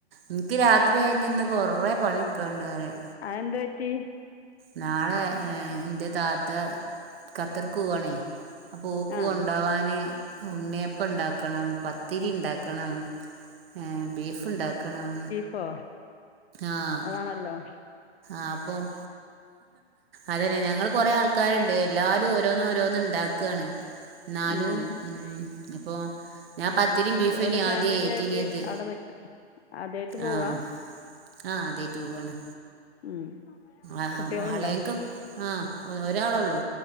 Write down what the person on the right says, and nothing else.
ഇൻക്ക് രാത്രി കഴിഞ്ഞന്ന് കൊറെ പണി ഇട്ക്കാണ്ട് അറയാ
നാളെ ഏഹ് ഇന്റെ താത്ത ഖത്തർക്ക് പോവാണേ? ഓക്ക്
കൊണ്ടാവാന് ഉണ്ണിയപ്പണ്ടാക്കണം പത്ത് ത്തിരിണ്ടാക്കണം ഏഹ് ബീഫ്ണ്ടാക്കണം.
ആഹ്
ആഹ് പ്പോം അതല്ല ഞങ്ങള് കൊറേ ആൾക്കാരുണ്ട്. എല്ലാരും ഓരോന്നോരോന്നുണ്ടാക്കാണ്. ന്നാലും
ഉം ഇപ്പോ ഞാപ ത്തിരി ബീഫ്
തന്ന്യാ
ആദ്യ ഏറ്റിനത്
ആഹ് ആഹ് ആദ്യായിറ്റ് പോവാണ്
ആഹ്
ആഹ് അളിയാക്ക ആഹ് ഒ ഒരാളൊള്ളൂ